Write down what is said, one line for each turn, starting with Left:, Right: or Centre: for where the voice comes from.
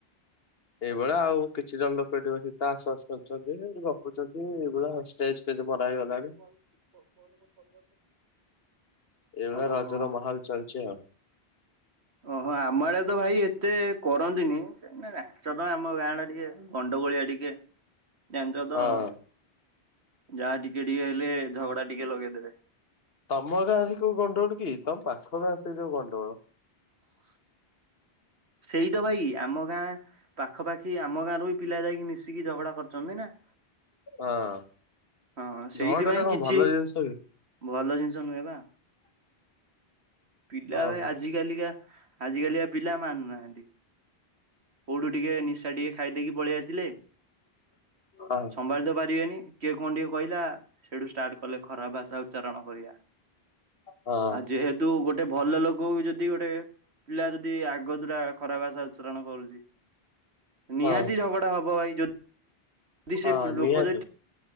Left: ଏଇଭଳିଆ ଆଉ, କିଛି ଜଣ ଲୋକ ଏଠି ବସି ତାସ ବାସ ଖେଳୁଛନ୍ତି, ଗପୁଛନ୍ତି। ଏଇଭଳିଆ
Right: <inaudible>
Left: ଷ୍ଟେଜ ଫେଜ ମରା ହେଇଗଲାଣି ଏଇଭଳିଆ
Right: ଓହୋ
Left: ରଜର ମାହୋଲ ଚାଲିଛି ଆଉ।
Right: ଓହୋ ଆମ ଆଡେ ତ ଭାଇ ଏତେ କରନ୍ତିନି ତମେ ଜାଣିଚ ତ ଆମ ଗାଁ ଟା ଟିକେ ଗଣ୍ଡଗୋଳିଆ ଟିକେ ଜାଣିଛ ତ
Left: ହଁ।
Right: ଆଉ ଯାହା ଟିକେ ଟିକେ ହେଲେ ଝଗଡା ଟିକେ ଲଗେଇଦେବେ
Left: ତମ ଗାଁରେ କୋଉ ଗଣ୍ଡଗୋଳ କି ତମ ପାଖ ଗାଁ ସେ ଯୋଉ ଗଣ୍ଡଗୋଳ
Right: ସେଇ ତ ଭାଇ ଆମ ଗାଁ। ପାଖପାଖି ଆମ ଗାଁରୁ ବି ପିଲା ଯାଇକି ମିଶିକି ଝଗଡା କରିଛନ୍ତି ନା।
Left: ହଁ।
Right: ହଁ ସେଇଥିପାଇଁ
Left: ଝଗଡାଟା କଣ
Right: କିଛି
Left: ଭଲ ଜିନିଷ କି
Right: ଭଲ ଜିନିଷ ନୁହେଁବା ପିଲା
Left: ହଁ।
Right: ଭାଇ ଆଜିକାଲିକା ଆଜିକାଲିକା ପିଲା ମାନୁନାହାନ୍ତି। କୋଉଠୁ ଟିକେ ନିଶା ଟିକେ ଖାଇଦେଇକି ପଳେଇ ଆସିଲେ
Left: ହଁ
Right: ସମ୍ଭାଳିତ ପାରିବେନି। କିଏ କଣ ଟିକେ କହିଲା ସେଇଠୁ ଷ୍ଟାର୍ଟ କଲେ ଖରାପ ଭାଷା ଉଚ୍ଚାରଣ କରିବା
Left: ହଁ
Right: ଆଉ ଯେହେତୁ ତୁ ଗୋଟେ ଭଲ ଲୋକ ଯଦି ଗୋଟେ ପିଲା ଯଦି ଆଗ ଦୁରା ଖରା ଭାଷା ଉଚ୍ଚାରଣ କରୁଛି ନିହାତି
Left: ହଁ
Right: ଝଗଡା ହବ ଭାଇ ଯଦି ଯଦି ସେ
Left: ହଁ
Right: ଲୋକ
Left: ନିହାତି
Right: ଯଦି